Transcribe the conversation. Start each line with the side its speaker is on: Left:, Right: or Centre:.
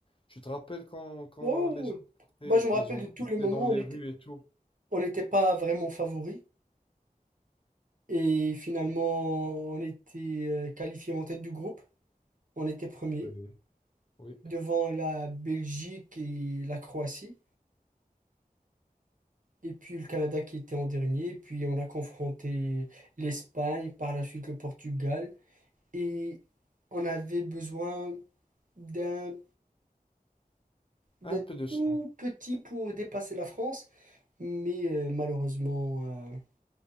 Left: Tu te rappelles quand, quand
Right: Oh,
Left: les
Right: oui.
Left: gens portaient,
Right: Bah, je me
Left: les
Right: rappelle
Left: gens
Right: de tous
Left: portaient
Right: les moments
Left: dans les
Right: où on était,
Left: rues et tout?
Right: on n'était pas vraiment favori. Et finalement, on était euh, qualifié en tête du groupe. On était premier
Left: Oui. Oui.
Right: devant la Belgique et la Croatie. Et puis le Canada qui était en dernier. Et puis on a confronté l'Espagne, par la suite le Portugal. Et on avait besoin d'un d'un
Left: Un peu de chance.
Right: tout petit pour dépasser la France. Mais euh, malheureusement, euh,